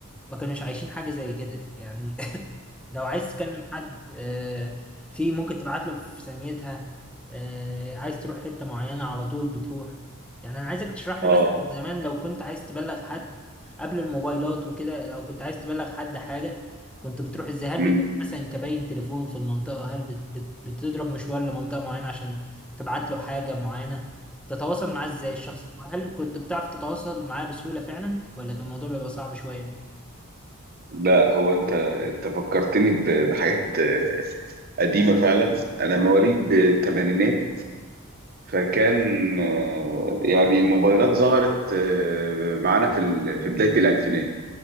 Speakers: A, in the centre; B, on the right (about 45°).
A: ما كانوش عايشين حاجة زي كده يعني <laughs> لو عايز تكلم حد آه، في ممكن تبعت له في ثانيتها آه، عايز تروح حتة معينة على طول بتروح يعني أنا عايزك تشرح لي
B: اه
A: مثلا زمان لو كنت عايز تبلغ حد قبل الموبايلات وكده لو كنت عايز تبلغ حد حاجة كنت بتروح ازاي هل
B: امم
A: بيبقى في مثلا كباين تليفون في المنطقة هل بت- بت- بتضرب مشوار لمنطقة معينة عشان تبعت له حاجة معينة تتواصل معاه ازاي الشخص هل كنت بتعرف تتواصل معاه بسهولة فعلا ولا كان الموضوع بيبقى صعب شوية
B: لا هو انت انت فكرتني ب- بحاجات آه، قديمه فعلا انا مواليد الثمانينات فكان آه، يعني الموبايلات ظهرت آه، معانا في ال- في بدايه الالفينات